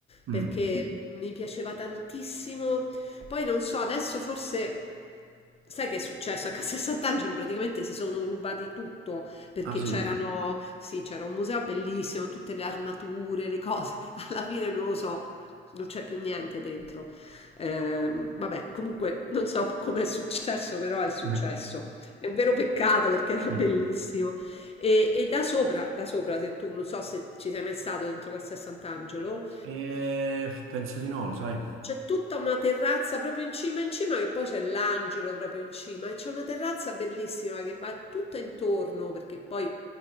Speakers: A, on the right (about 85°); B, on the left (about 30°).
A: Mm.
B: perché mi piaceva tantissimo poi non so, adesso forse. Sai che è successo? A Castel Sant'Angelo praticamente si sono rubati tutto perché
A: Ah sì?
B: c'erano, sì, c'era un museo bellissimo, tutte le armature, le cose. <laughs> Alla fine non lo so, non c'è più niente dentro. Ehm, vabbè, comunque non so come è successo, però è successo.
A: Eh,
B: È un vero peccato perché era
A: sì.
B: bellissimo. E, e da sopra, da sopra, se tu non so se ci sei mai stato dentro Castel Sant'Angelo,
A: Eh, penso di no, lo sai?
B: c'è tutta una terrazza proprio in cima in cima che poi c'è l'angelo proprio in cima e c'è una terrazza bellissima che va tutta intorno perché poi